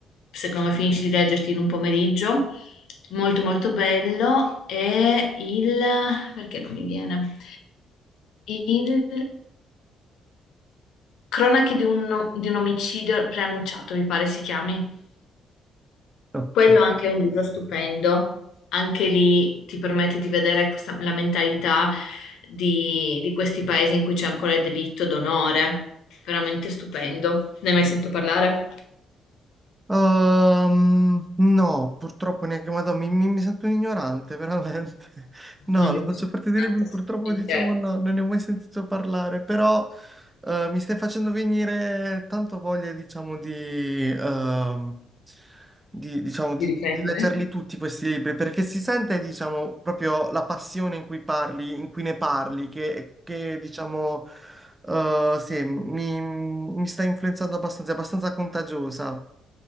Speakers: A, on the left (about 75°); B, on the right (about 15°).
A: secondo me finisci di leggerti in un pomeriggio, molto molto bello, è il... perché non mi viene? Il Cronache di un, di un omicidio preannunciato, mi pare si chiami.
B: Ok.
A: Quello anche è un libro stupendo, anche lì ti permette di vedere questa- la mentalità di, di questi paesi in cui c'è ancora il delitto d'onore, veramente stupendo. Ne hai mai sentito parlare?
B: Ehm, no, purtroppo neanche Madonna, mi, mi- mi sento un ignorante, veramente. <laughs> No,
A: Non
B: la
A: è questa
B: maggior
A: importanza
B: parte dei libri purtroppo
A: assolutamente
B: diciamo no, non ne ho mai sentito parlare, però eh, mi stai facendo venire tanto voglia, diciamo, di, ehm, di, diciamo,
A: di
B: di,
A: riprendere.
B: di leggerli tutti questi libri, perché si sente, diciamo, proprio la passione in cui parli, in cui ne parli, che, che diciamo, eh, sì, mi, mi sta influenzando abbastanza, è abbastanza contagiosa.